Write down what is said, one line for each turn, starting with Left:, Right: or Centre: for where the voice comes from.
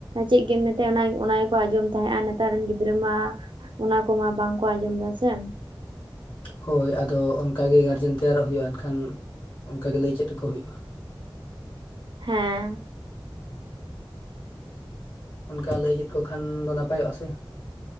Right: ᱪᱮᱫ ᱜᱮᱢ ᱢᱮᱛᱟᱭᱟ ᱚᱱᱟ ᱜᱮᱠᱚ ᱟᱸᱡᱚᱢ ᱛᱟᱦᱮᱸᱫ-ᱟ ᱱᱮᱛᱟᱨ ᱨᱮᱱ ᱜᱤᱫᱽᱨᱟᱹ ᱢᱟ ᱚᱱᱟ ᱠᱚᱢᱟ ᱵᱟᱝᱠᱚ ᱟᱸᱡᱚᱢ ᱮᱫᱟ ᱥᱮ
Left: ᱦᱳᱭ ᱟᱫᱚ ᱚᱱᱠᱟᱜᱮ ᱜᱟᱨᱡᱮᱱ ᱛᱮᱭᱟᱨᱚᱜ ᱦᱩᱭᱩᱜ-ᱟ ᱮᱱᱠᱷᱟᱱ ᱚᱱᱠᱟᱟᱜᱮ ᱞᱟᱹᱭ ᱪᱮᱫ ᱟᱠᱚ ᱦᱩᱭᱩᱜ-ᱟ
Right: ᱦᱮᱸ
Left: ᱚᱱᱠᱟ ᱞᱟᱹᱭ ᱠᱮᱫ ᱠᱚ ᱠᱷᱟᱱ ᱫᱚ ᱱᱟᱯᱟᱭᱚᱜ-ᱟ ᱥᱮ